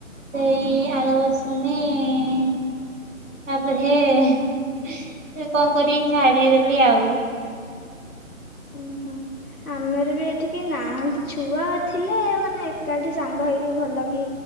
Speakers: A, on the right (about 60°); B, on the left (about 85°).
A: ସେଇ ଆର ବର୍ଷ ହିଁ। ତାପରେ ଏ କଣ କରିବି ଛାଡ଼ିଦେଲି ଆଉ।
B: ଉଁ ହୁଁ। ଆମର ବି ଏଠି କେହି ନାହାଁନ୍ତି ଛୁଆ ଥିଲେ ମାନେ ଏକାଠି ସାଙ୍ଗ ହେଇକି ଭଲ। କି